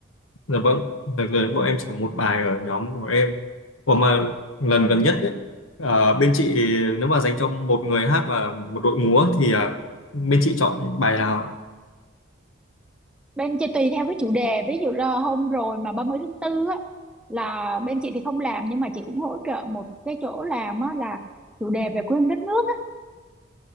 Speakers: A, on the left; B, in the centre.
A: dạ vâng. đợt này bọn em chỉ có một
B: ừ.
A: bài ở nhóm của em Ủa mà lần
B: Ừ.
A: gần nhất ấy, à, bên chị nếu mà dành cho một người hát và một đội múa thì à, bên chị chọn bài nào ạ?
B: bên chị tùy theo cái chủ đề ví dụ là hôm rồi mà 30 tháng tư á là bên chị thì không làm nhưng mà chị cũng hỗ trợ một cái chỗ làm á là chủ đề về quê hương đất nước á